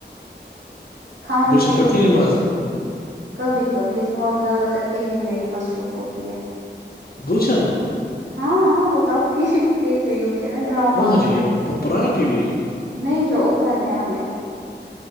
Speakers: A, on the right; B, on the left.
A: کھانے
B: گلشن
A: پینے
B: پڑ ت
A: کے لیے
B: نااز
A: کبھی کبھی لیکن وہ اب زیادہ تر ٹی وی میں ہی مصروف ہوتی ہے
B: بولشن
A: ہاں ہاں وہ تو آپ ٹی وی پہ دیکھ رہی ہوتی ہے نا ڈرامہ
B: کون سا ٹی وی ہے؟ پرانا ٹی وی
A: نہیں جو اوپر ہے ہمیں